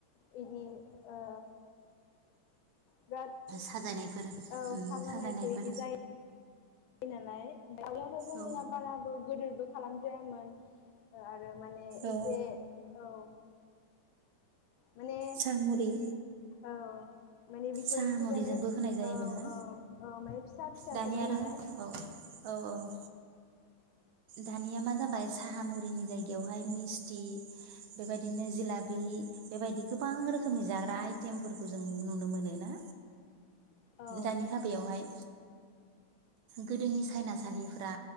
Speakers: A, on the left; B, on the right.
A: बिदि ओ बिराद
B: साजायनायफोर
A: औ
B: उम
A: साजानायफोर
B: साजायनायफोर
A: इदि जायो नालाय दानियाथ' जोंनिया
B: औ
A: बाराबो गोदोरबो खालाम जायामोन ओ आरो माने
B: औ
A: एसे औ माने
B: साहामुरि
A: औ माने बिफोरजोंसो
B: साहामुरिजोंबो
A: जाय माने
B: होनाय जायोमोन
A: औ
B: ना
A: औ औ माने फिसा फिसासोमोन
B: दानिया आरो
A: नालाय
B: औ औ औ दानिया मा जाबाय साहा मुरिनि जायगायावहाय मिस्थि बेबायदिनो जिलाबि बेबायदि गोबां रोखोमनि जाग्रा आइटेमफोर खौ जों नुनो मोनोना
A: औ
B: दानि हाबायावहाय गोदोनि सायनासालिफ्रा